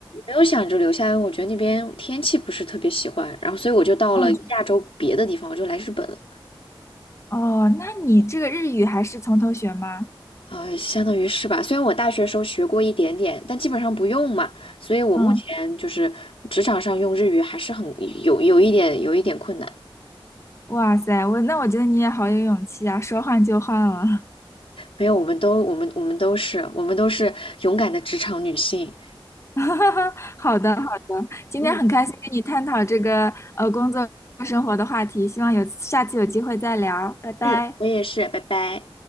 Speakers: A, on the left (about 85°); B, on the left (about 30°).
A: 没有想着留下来，因为我觉得那边天气不是特别喜欢，然后所以我就到了亚洲别的地方，
B: 哦，
A: 我就来日本了。
B: 哦，那你这个日语还是从头学吗？
A: 啊，相当于是吧。虽然我大学时候学过一点点，但基本上不用嘛，所以我目前就是职场上用日语还是很有有一点有一点困难。
B: 嗯，哇塞，我那我觉得你也好有勇气啊，说换就换了。
A: 没有，我们都我们我们都是我们都是勇敢的职场女性。
B: <laughs> 好的好的，今天很开心跟你探讨这个呃工作生活的话题，
A: 嗯
B: 希望有下次有机会再聊，拜拜。
A: 嗯，我也是，拜拜。